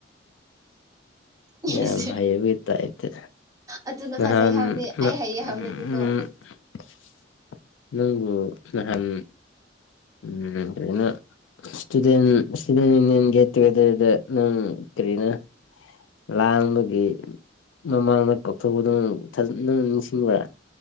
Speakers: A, on the right; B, on the left.
A: ꯑꯩꯁꯦ
B: ꯌꯥꯝ ꯍꯩꯕꯩ ꯇꯥꯏꯞꯇ
A: ꯑꯗꯨꯅ ꯐꯖꯩ
B: ꯥ
A: ꯍꯥꯏꯕꯅꯤ
B: <unintelligible>
A: ꯑꯩ ꯍꯩꯌꯦ ꯍꯥꯏꯕꯗꯗꯤꯀꯣ ꯑꯗꯨ
B: ꯅꯪꯕꯨ ꯅꯍꯥꯟ <unintelligible> ꯁ꯭ꯇꯨꯗꯦꯟ ꯌꯨꯅꯦꯟ <unintelligible> ꯑꯗꯨꯗ ꯅꯪ ꯀꯔꯤꯅ ꯂꯥꯡꯕꯒꯤ ꯃꯃꯥꯡꯗ ꯀꯧꯊꯣꯛꯄꯗꯨ ꯊ ꯅꯪ ꯅꯤꯡꯁꯤꯡꯕ꯭ꯔ